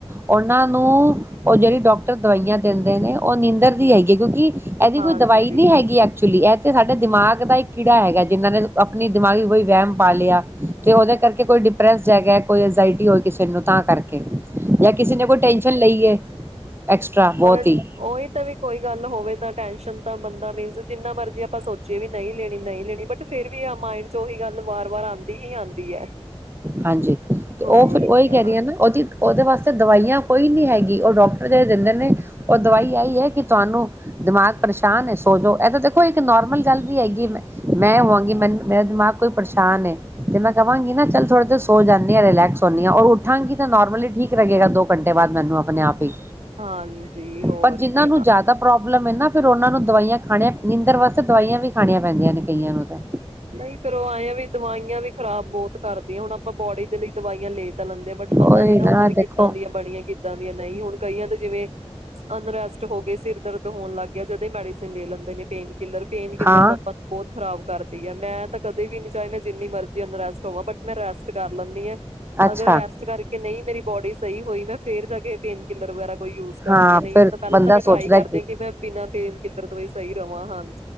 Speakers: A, on the right (about 20°); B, on the right (about 75°).
A: ਉਹਨਾਂ ਨੂੰ ਉਹ ਜਿਹੜੀ ਡਾਕਟਰ ਦਵਾਈਆਂ ਦਿੰਦੇ ਨੇ, ਉਹ ਨੀਂਦਰ ਦੀ ਹੈਗੀ ਹੈ। ਕਿਉਂਕਿ ਇਹਦੀ
B: ਹਾਂਜੀ
A: ਕੋਈ ਦਵਾਈ ਨੀ ਹੈਗੀ ਐਕਚੁਲੀ। ਇਹ ਤੇ ਤੇ ਸਾਡੇ ਦਿਮਾਗ ਦਾ ਇੱਕ ਕੀੜਾ ਹੈਗਾ ਹੈ, ਜਿਹਨਾਂ ਨੇ ਆਪਣੀ ਦਿਮਾਗ ਚ ਕੋਈ ਵਹਿਮ ਪਾ ਲਿਆ। ਤੇ ਉਹਦੇ ਕਰਕੇ ਕੋਈ ਡਿਪ੍ਰੈਸ ਜਿਆ ਹੈ ਗਿਆ ਹੈ। ਕੋਈ ਐਂਜਾਇਟੀ ਹੋਵੇ ਕਿਸੇ ਨੂੰ ਤਾਂ ਕਰਕੇ। ਜਾਂ ਕਿਸੇ ਨੇ ਕੋਈ ਟੈਨਸ਼ਨ ਲਈਏ ਐਕਸਟਰਾ ਬਹੁਤ
B: ਹੋਰ
A: ਹੀ
B: ਉਹੀ ਤੇ ਵੀ, ਕੋਈ ਗੱਲ ਨਾ ਹੋਵੇ ਤਾਂ ਟੈਨਸ਼ਨ ਤਾਂ ਬੰਦਾ ਮੀਨਸ, ਜਿੰਨਾ ਮਰਜ਼ੀ ਆਪਾਂ ਸੋਚੀਏ ਵੀ ਨਹੀਂ ਲੈਣੀ-ਨਹੀਂ ਲੈਣੀ, ਬਟ ਫਿਰ ਵੀ ਅ ਮਾਇੰਡ ਚ ਉਹੀ ਗੱਲ ਵਾਰ-ਵਾਰ ਆਉਂਦੀ ਹੀ ਆਉਂਦੀ ਹੈ।
A: ਹਾਂਜੀ। ਤੇ
B: ਹੋਰ
A: ਉਹ ਫਿਰ
B: ਕਿਆ
A: ਉਹੀ ਕਹਿ ਰਹੀਆਂ ਨਾ, ਉਹਦੀ ਉਹਦੇ ਵਾਸਤੇ ਤੇ ਦਵਾਈਆਂ ਕੋਈ ਨੀ ਹੈਗੀ। ਉਹ ਡਾਕਟਰ ਜਿਹੜੇ ਦਿੰਦੇ ਨੇ, ਉਹ ਦਵਾਈ ਏ ਹੀ ਹੈ ਕਿ ਤੁਹਾਨੂੰ ਦਿਮਾਗ ਪਰੇਸ਼ਾਨ ਹੈ, ਸੋਜੋ। ਇਹ ਤਾਂ ਦੇਖੋ ਇੱਕ ਨੋਰਮਲ ਗੱਲ ਵੀ ਹੈਗੀ ਹੇ, ਮੈਂ-ਮੈਂ ਹੋਵਾਂਗੀ, ਮੈਨੂੰ ਮੈਂ ਦਿਮਾਗ ਕੋਈ ਪਰੇਸ਼ਾਨ ਹੈ, ਤੇ ਮੈਂ ਕਵਾਂਗੀ ਨਾ ਚੱਲ ਥੋੜ੍ਹੇ ਚਿਰ ਸੋ ਜਾਂਦੀ ਹਾਂ, ਰਿਲੈਕਸ ਹੋਨੀ ਹਾਂ, ਅ-ਔਰ ਉੱਠਾਂਗੀ ਤਾਂ ਨੋਰਮਲੀ ਠੀਕ ਰਗੇਗਾ, ਦੋ ਘੰਟੇ ਬਾਅਦ ਮੈਨੂੰ ਆਪਣੇ ਆਪ ਹੀ।
B: ਹਾਂਜੀ ਹੋਰ
A: ਪਰ ਜਿੰਨਾਂ
B: ਕਿਆ
A: ਨੂੰ ਜਿਆਦਾ ਪ੍ਰੋਬਲਮ ਹੈ ਨਾ ਫਿਰ ਉਹਨਾਂ ਨੂੰ ਦਵਾਈਆਂ ਖਾਣੀਆਂ, ਨੀਂਦਰ ਵਾਸਤੇ ਦਵਾਈਆਂ ਵੀ ਖਾਣੀਆਂ ਪੈਂਦੀਆਂ ਨੇ ਕਈਆਂ ਨੂੰ ਤੇ।
B: ਨਹੀਂ, ਫੇਰ ਉਹ ਆਏਆ ਵੀ ਦਵਾਈ ਵੀ ਖਰਾਬ ਬਹੁਤ ਕਰਦੀਆਂ। ਹੁਣ ਆਪਾਂ ਬੋਡੀ ਦੇ ਲਈ ਦਵਾਈਆਂ ਲੇ ਤਲ ਲੈਂਦੇ ਹੇ, ਬਟ ਪਤਾ
A: ਉਹੀ
B: ਨਹੀਂ ਨਾ ਹੁੰਦਾ ਵੀ
A: ਦੇਖੋ
B: ਕਿੱਦਾਂ ਦੀਆਂ ਬਣੀੀਆਂ, ਕਿੱਦਾਂ ਦੀਆਂ ਨਹੀਂ। ਹੁਣ ਕਈਆਂ ਦੇ ਜਿਵੇਂ ਅਨਰੈਸਟ ਹੋ ਗਏ ਸਿਰ ਦਰਦ ਹੋਣ ਲੱਗ ਗਿਆ ਜਦ ਤੇ ਮੈਡੀਸਨ ਲੈ ਲਂਦੇ ਨੇ। ਪੇਨ ਕਿਲਰ-ਪੇਨ ਕਿਲਰ
A: ਹਾਂ
B: ਦਾ ਆਪਾਂ ਬਹੁਤ ਖ਼ਰਾਬ ਕਰਦੇ ਬਿਆ ਮੈਂ ਤਾਂ ਕਦੇ ਵੀ ਨਹੀ ਚਾਹੇ ਮੈਂ ਜਿੰਨੀ ਮਰਜ਼ੀ ਅਨਰੈਸਟ ਹੋਵਾਂ, ਬਟ ਮੈਂ ਰੈਸਟ ਕਰ ਲੈਂਨੀ ਹੇ
A: ਅੱਛਾ
B: ਅਗਰ ਰੈਸਟ ਕਰਕੇ ਨਹੀਂ ਮੇਰੀ ਬੋਡੀ ਸਹੀ ਹੋਈ, ਮੈਂ ਫੇਰ ਜਾ ਕੇ ਪੇਨ ਕਿਲਰ ਵਗੈਰਾ ਕੋਈ ਯੂਜ ਕਰਦੀ
A: ਹਾਂ
B: ਹ। ਨਹੀਂ
A: ਫਿਰ
B: ਤ ਪਹਿਲਾਂ
A: ਬੰਦਾ
B: ਤਾਂ ਮੈਂ ਟ੍ਰਾਈ
A: ਸੋਚਦਾ
B: ਕਰਦੀ ਕਿ ਮੈਂ ਬਿਨਾਂ ਪੇਨ ਕਿੱਲਰ ਤੋਂ ਵੀ ਸਹੀ ਰਵਾਂ, ਹਨ